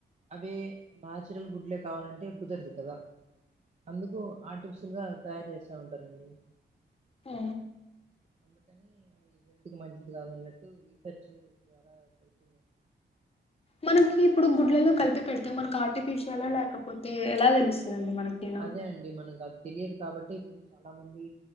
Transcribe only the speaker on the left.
ఆ
మనకి ఇప్పుడు గుడ్లలో కలిపి పెడితే మనకి ఆర్టిఫిషియల్ లేకపోతే ఎలా తెలుస్తదండి
మనకినా